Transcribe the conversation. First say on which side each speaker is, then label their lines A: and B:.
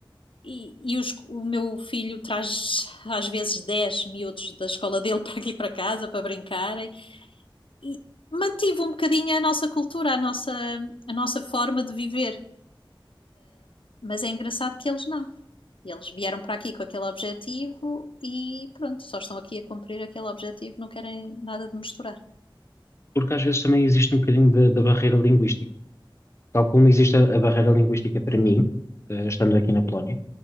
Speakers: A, on the left (about 75°); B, on the left (about 30°).
A: e, e os- o meu filho traz às vezes 10 miúdos da escola dele <laughs> para aqui para casa para brincarem e mantive um bocadinho a nossa cultura, a nossa, a nossa forma de viver. Mas é engraçado que eles não. Eles vieram para aqui com aquele objetivo e pronto, só estão aqui a cumprir aquele objetivo, não querem nada de misturar.
B: Porque às vezes também existe um bocadinho da da barreira linguística. Tal como existe a, a barreira linguística para
A: Pois.
B: mim, eh,
A: Uhum.
B: estando aqui na Polónia,